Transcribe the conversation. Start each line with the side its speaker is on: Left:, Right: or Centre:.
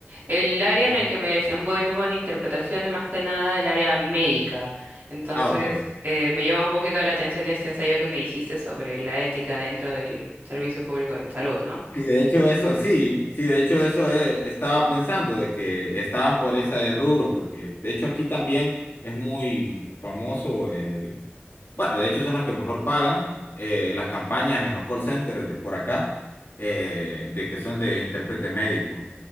Right: El área
Left: Sí.
Right: en el que me desenvuelvo en interpretación es más que nada el área médica. Entonces,
Left: Ah, ok.
Right: eh, me llama un poquito la atención este ensayo que me dijiste sobre la ética dentro del servicio público en salud, ¿no?
Left: Sí, de hecho eso, sí, sí, de hecho eso eh, estaba pensando de que estabas por ese rubro, porque de hecho aquí también es muy famoso eh, Bueno, de hecho son las que mejor pagan. eh, las campañas en los call centers de por acá, eh, de que son de intérprete médico,